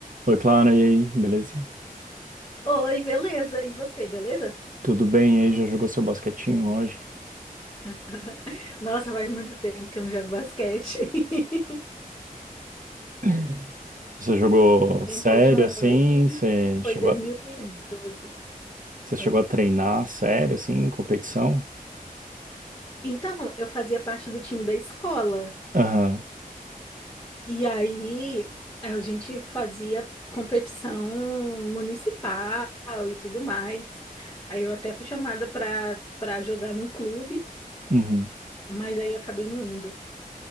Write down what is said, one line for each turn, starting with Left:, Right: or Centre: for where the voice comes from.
Right: Oi, Clara, e aí, beleza?
Left: Oi, beleza? E você, beleza?
Right: Tudo bem? E aí, já jogou seu basquetinho hoje?
Left: <laughs> Nossa, faz muito tempo que eu não jogo basquete. <laughs>
Right: <laughs> Você jogou
Left: Tempo,
Right: sério,
Left: a última
Right: assim?
Left: vez
Right: Você
Left: foi
Right: chegou
Left: em 2012.
Right: a, você chegou
Left: Oi?
Right: a treinar sério, assim, em competição?
Left: Então, eu fazia parte do time da escola.
Right: Aham,
Left: E aí, a gente fazia competição municipal e tudo mais. Aí eu até fui chamada para para jogar num clube,
Right: uhum.
Left: mas aí eu acabei não indo.